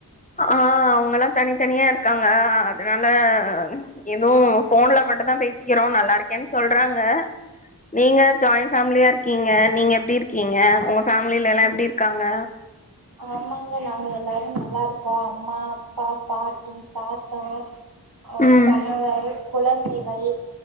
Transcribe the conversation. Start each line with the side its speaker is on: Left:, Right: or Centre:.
Left: ஆஹ் அவுங்கல்லா தனித்தனியா இருக்காங்க அதனால எதுவு போன்ல மட்டுதா பேசிக்கிறோ நல்லா இருக்கேன்னு சொல்றாங்க நீங்க ஜாயின் ஃபேமிலியா இருக்கீங்க நீங்க எப்டி இருக்கீங்க உங்க ஃபேமிலிலல்லா
Right: ம்
Left: எப்டி இருக்காங்க
Right: ஆமாங்க நாங்க எல்லாரு நல்லா இருக்கோ அம்மா அப்பா பாட்டி தாத்தா அஹ்
Left: ம்
Right: கணவர் குழந்தைகள்